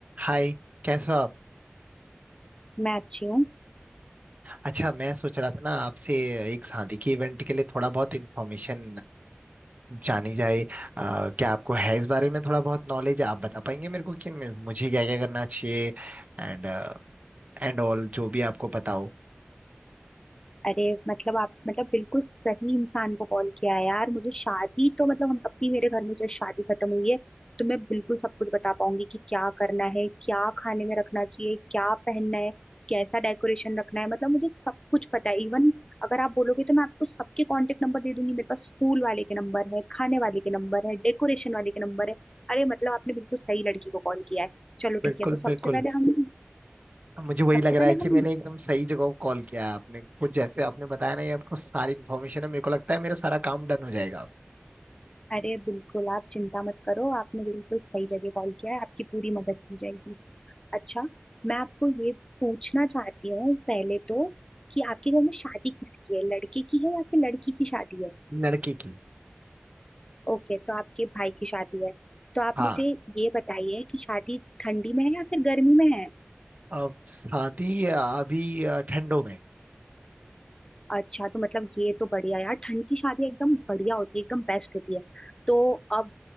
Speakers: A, on the right (about 35°); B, on the left (about 20°).
A: हाय कैसे हो आप
B: मैं अच्छी हूँ
A: अच्छा मैं सोच रहा था ना आपसे एक शादी के इवेंट के लिए थोड़ा बहुत इन्फॉर्मेशन जानी जाए अ, क्या आपको है इस बारे में थोड़ा बहुत नॉलेज आप बता पाएंगे मेरे को कि मे- मुझे क्या क्या करना चाहिए एंड एंड ऑल जो भी आपको पता हो
B: अरे मतलब आप मतलब बिल्कुल सही इंसान को कॉल किया है यार मुझे शादी तो मतलब हम अपनी मेरे घर में जब शादी खत्म हुई है तो मैं बिल्कुल सब कुछ बता पाऊंगी कि क्या करना है क्या खाने में रखना चाहिए क्या पहनना है कैसा डेकोरेशन रखना है मतलब मुझे सब कुछ पता है इवन अगर आप बोलोगे तो मैं आपको सबके कांटेक्ट नंबर दे दूंगी मेरे पास स्कूल वाले के नंबर है खाने वाले के नंबर है डेकोरेशन वाले के नंबर है अरे मतलब आपने बिल्कुल सही लड़की को कॉल किया है चलो
A: बिल्कुल
B: ठीक है तो सबसे
A: बिल्कुल
B: पहले हम
A: मुझे वही
B: सबसे
A: लग रहा
B: पहले
A: है कि
B: हम
A: मैंने एकदम सही जगह को कॉल किया है आपने कुछ जैसे आपने बताया ना ये आपको सारी इन्फॉर्मेशन है मेरे को लगता है मेरा सारा काम डन हो जाएगा
B: अरे बिल्कुल आप चिंता मत करो आपने बिल्कुल सही जगह कॉल किया है आपकी पूरी मदद की जाएगी अच्छा मैं आपको ये पूछना चाहती हूँ पहले तो कि आपके घर में शादी किसकी है लड़के की है या फिर लड़की की शादी है
A: लड़की की
B: ओके तो आपके भाई की शादी है तो आप
A: हाँ
B: मुझे ये बताइए कि शादी ठंडी में है या फिर गर्मी में है
A: अब शादी अ, अभी अ, ठंडों में
B: अच्छा तो मतलब ये तो बढ़िया यार ठंड की शादी एकदम बढ़िया होती है एकदम बेस्ट होती है तो अब